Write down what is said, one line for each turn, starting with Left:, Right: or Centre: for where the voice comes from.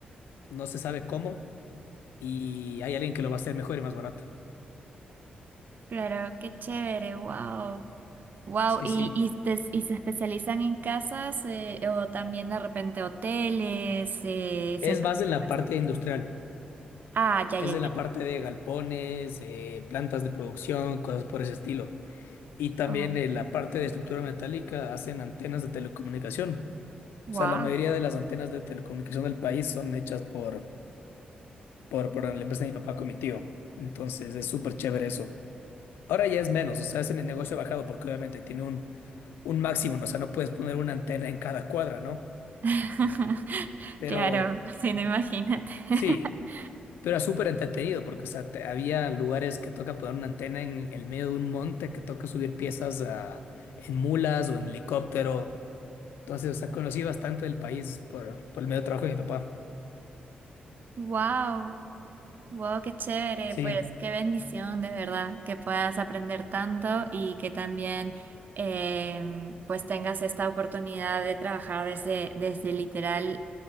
Left: no se sabe cómo, y hay alguien que lo va a hacer mejor y más barato.
Right: Claro, qué chévere, wow. Wow,
Left: Sí,
Right: y,
Left: sí.
Right: y, te- y se especializan en casas eh, o también de repente hoteles, eh,
Left: Es
Right: centros
Left: más en
Right: comerciales.
Left: la parte industrial,
Right: Ah, ya,
Left: es
Right: ya, ya.
Left: en la
Right: ya.
Left: parte de galpones, eh, plantas de producción, cosas por ese estilo. Y también
Right: Oh,
Left: en la parte de estructura metálica hacen antenas de telecomunicación.
Right: wow.
Left: O sea, la mayoría de las antenas de telecomunicación del país son hechas por, por, por la empresa de mi papá con mi tío. Entonces es súper chévere eso. Ahora ya es menos, o sea, ese negocio ha bajado porque obviamente tiene un, un máximo, ¿no? O sea, no puedes poner una antena en cada cuadra, ¿no?
Right: <laughs>
Left: Pero
Right: Claro, sí, no imagínate. <laughs>
Left: sí, pero era súper entretenido porque, o sea, te- había lugares que toca poner una antena en el medio de un monte, que toca subir piezas a- en mulas o en helicóptero. Entonces, o sea, conocí bastante del país por, por el medio de trabajo de mi papá.
Right: Wow, wow, qué chévere,
Left: Sí,
Right: pues qué bendición de verdad que puedas aprender tanto y que también em, pues tengas esta oportunidad de trabajar desde, desde literal